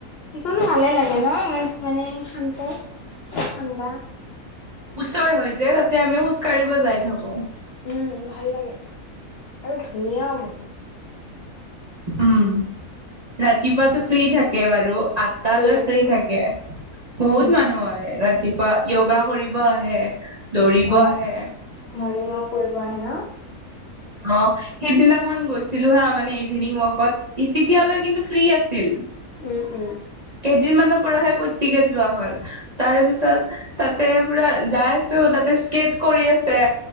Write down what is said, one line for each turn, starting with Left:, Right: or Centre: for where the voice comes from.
Left: সিকনো ভালে লাগে ন ই মানে শান্ত ঠাণ্ডা।
Right: ওচৰ হৈ যে তাতে আমি খোজ কাঢ়িব যাই থাকো।
Left: উম ভাল লাগে আৰু ধুনীয়াও বহুত৷
Right: উম ৰাতিপুৱাতো ফ্ৰী থাকে বাৰু আত তালৈ
Left: উম
Right: ফ্ৰী থাকে
Left: উম,
Right: বহুত মানুহ হয় ৰাতিপুৱা। য়োগা কৰিব আহে দৌৰিব
Left: অ,
Right: আহে।
Left: মৰ্ণিং ৱাক কৰিব আহে ন?
Right: অ সেইদিনাখন গৈছিলো হা মানে ইভিনিং ৱাকত তেতিয়ালৈ কিন্তু ফ্ৰী আছিল।
Left: উম-উম।
Right: কেইদিনমানৰ পৰাহে প্ৰত্যিকট যোৱা হল। তাৰে পিছত তাতে পুৰা যাই আছো তাতে স্কেট কৰি আছে।